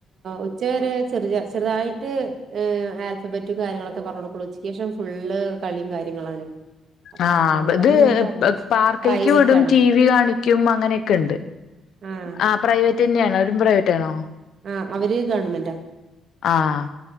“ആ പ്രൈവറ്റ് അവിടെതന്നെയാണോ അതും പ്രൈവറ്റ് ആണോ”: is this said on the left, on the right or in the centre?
Left